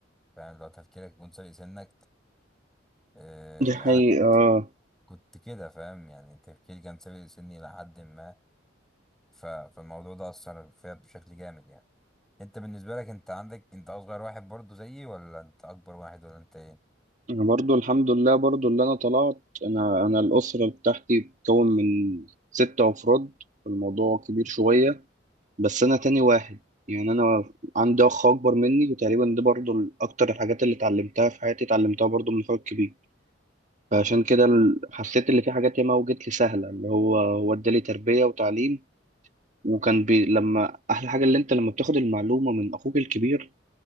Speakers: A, in the centre; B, on the right.
A: فاهم لو تفكيرك يكون سابق سنك آه،
B: دي حقيقة
A: انا كنت
B: آه.
A: كنت كده فاهم يعني تفكيري كان سابق سني لحد ما ف... فالموضوع ده اثر فيها بشكل جامد يعني انت بالنسبه لك انت عندك انت اصغر واحد برضو زيي ولا انت اكبر واحد ولا انت ايه
B: أنا برضو الحمد لله برضو اللي أنا طلعت أنا أنا الأسرة بتاعتي بتتكون من ستة أفراد الموضوع كبير شوية بس أنا تاني واحد يعني أنا عندي أخ أكبر مني وتقريبا دي برضو ال- أكتر الحاجات اللي اتعلمتها في حياتي اتعلمتها برضو من أخويا الكبير
A: مم.
B: فعشان كده ال- حسيت اللي في حاجات ياما وجت لي سهلة اللي هو هو ادالي تربية وتعليم وكان بي لما أحلى حاجة اللي أنت لما بتاخد المعلومة من أخوك الكبير